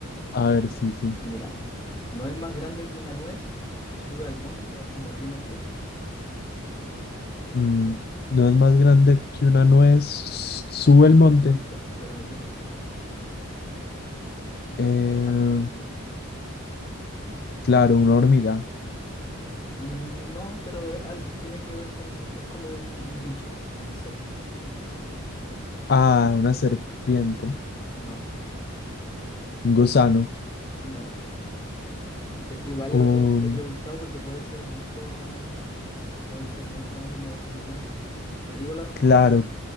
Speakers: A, on the left; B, on the left.
A: A ver, sí, sí.
B: Sí, mira. No es más grande que una nuez, sube al monte y no tiene pies.
A: Mm, no es más grande que una nuez. Sube el
B: Sube
A: monte.
B: al monte, pero no tiene pies.
A: Eh,
B: O sea que es algo pequeñito.
A: claro, una hormiga.
B: Mm, No, pero es algo, tiene que ver con, es como un, un bicho, un insecto.
A: Ah, una serpiente.
B: No,
A: Un gusano.
B: no. Es que igual es,
A: Un...
B: es- es rebuscado porque puede ser mucho, pueden ser muchos anima- animales. ¿Te digo la respuesta?
A: Claro,